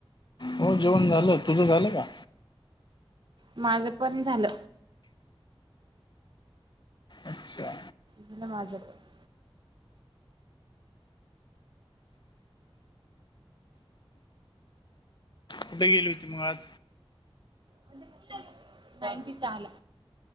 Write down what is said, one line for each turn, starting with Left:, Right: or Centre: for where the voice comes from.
Left: हो जेवण झालं तुझं झालं का.
Right: माझं पण झालं.
Left: अच्छा
Right: झालं माझप <unintelligible>
Left: कुठे गेली. मग आज
Right: पणत